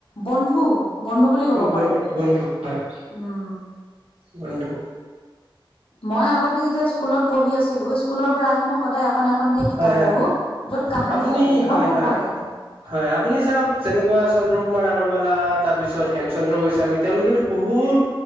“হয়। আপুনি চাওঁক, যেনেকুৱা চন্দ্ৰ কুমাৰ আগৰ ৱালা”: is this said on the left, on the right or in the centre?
Right